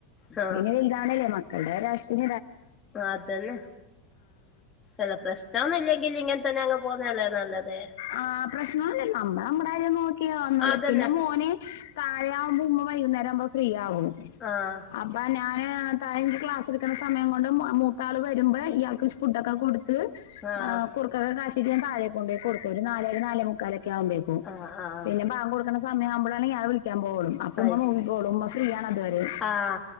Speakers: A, on the left (about 15°); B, on the left (about 75°).
A: ആ
B: എന്താണല്ലേ മക്കളുടെ ഓരോ ആശ്ര്യം
A: അതന്നെ എല്ല പ്രശ്നൊന്നും ഇല്ലെങ്കിലിങ്ങന തന്നെ അങ് പോകുന്നതല്ലേ നല്ലത്
B: ആ പ്രശ്നൊന്നൂല്ല നമ്മള് നമ്മുടെ കാര്യം നോക്കിയ വന്നല്ലേ
A: അതന്നെ
B: പിന്നെ മോന് താഴെ ആവുമ്പോ ഉമ്മ വൈകുന്നേരം ആവുമ്പോ ഫ്രീ ആവും
A: ആഹ്
B: അപ്പൊ അവനെ ഞാന് താഴെ എനിക്ക് ക്ലാസ് എടുക്ക്ണ സമയം കൊണ്ട് മൂത്താൾ വരുമ്പോ ഇയാൾക്ക് ഫുടൊക്കെ കൊടു ത്ത്
A: ആഹ്
B: കുറുക്കൊക്കെ കാചിറ്റ് ഞാൻ താഴെ കൊണ്ടേ കൊടുക്കും ഒരു നാലര നാലേ മുക്കാലൊക്കെ ക്കെ ആവുമ്പേക്കും
A: ആഹ് ആഹ്
B: പിന്നെ ബാങ്ക് കൊടുക്കണ സമയം ആവൂമ്പളാണ് ഞാൻ വി ളിക്കാൻ പോവും അപ്പൊമ്മ
A: അത്
B: നോക്കിക്കോളും
A: ശരി
B: ഉമ്മ ഫ്രീ ആണതുവരെ
A: ആഹ്